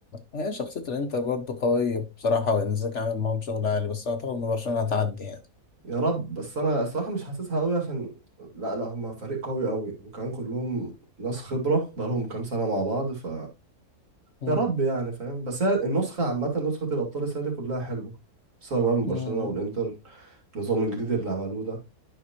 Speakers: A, on the left; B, on the right.
A: هي شخصيه الانتر برضه قويه بصراحه وانزاك عامل معاهم شغل عالي بس اعتقد ان برشلونه هتعدي يعني
B: يا رب بس انا الصراحه مش حاسسها قوي عشان لا لا هما فريق قوي قوي وكمان كلهم ناس خبره بقالهم كام سنه مع بعض ف
A: مم.
B: يا رب يعني فاهم بس هي النسخه عامه نسخه الابطال السنه دي كلها حلوه سواء بقى من برشلونه
A: مم.
B: والانتر النظام الجديد اللي عملوه ده